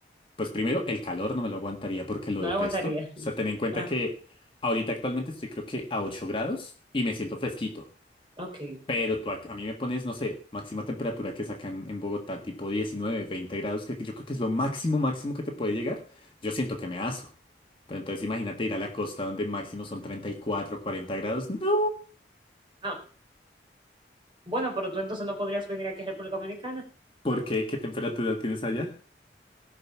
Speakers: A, on the left; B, on the right.
A: Pues primero, el calor no me lo aguantaría porque lo
B: No
A: detesto.
B: lo aguantaría.
A: O sea,
B: <laughs>
A: ten en cuenta
B: Ah,
A: que ahorita actualmente estoy creo que a 8 grados y me siento fresquito.
B: ok.
A: Pero tú a, a mí me pones, no sé, máxima temperatura que sacan en Bogotá, tipo 19, 20 grados, que yo creo que es lo máximo, máximo que te puede llegar. Yo siento que me aso. Pero entonces imagínate ir a la costa donde máximo son treinta y cuatro, cuarenta grados. No.
B: Ah, Bueno, pero tú entonces no podrías venir aquí a República Dominicana.
A: ¿Por qué? ¿Qué temperatura tienes allá?